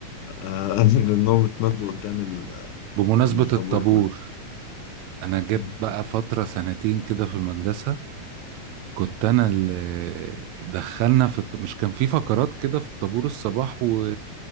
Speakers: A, on the left; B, on the right.
A: آه، <laughs> منهم اتمدوا قدام ال-
B: بمناسبة
A: الطابور
B: الطابور
A: كله
B: انا جيت
A: مم.
B: بقى فترة سنتين كده في المدرسة كنت انا اللي دخلنا في الط... مش كان في فقرات كده في طابور الصباح و...